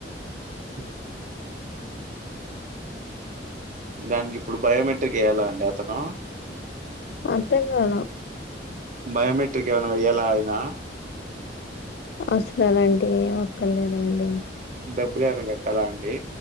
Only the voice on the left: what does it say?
అర్థం కాల
అస్లు అలాంటివి ఎమ్ అక్కర్ లేదండి.